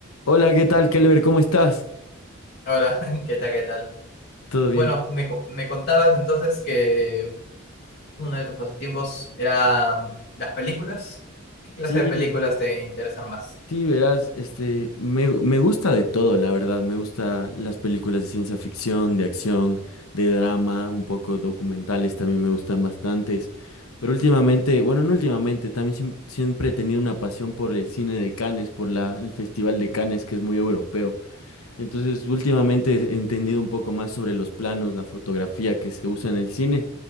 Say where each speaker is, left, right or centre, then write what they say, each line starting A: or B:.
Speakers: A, on the left; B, on the left.
A: Hola, ¿qué tal, Kelber? ¿Cómo estás?
B: Hola, <laughs> ¿qué tal? ¿Qué tal?
A: ¿Todo
B: Bueno,
A: bien?
B: me, co- me contabas entonces que uno de tus pasatiempos era mm, las películas. ¿Qué clase
A: Sí,
B: de películas te interesan más?
A: sí, verás, este, me, me gusta de todo, la verdad. Me gusta las películas de ciencia ficción, de acción, de drama, un poco documentales también me gustan bastantes. Pero últimamente, bueno, no últimamente, también siem- siempre he tenido una pasión por el cine de Cannes, por la, el Festival de Cannes, que es muy europeo. Entonces, últimamente he entendido un poco más sobre los planos, la fotografía que se usa en el cine,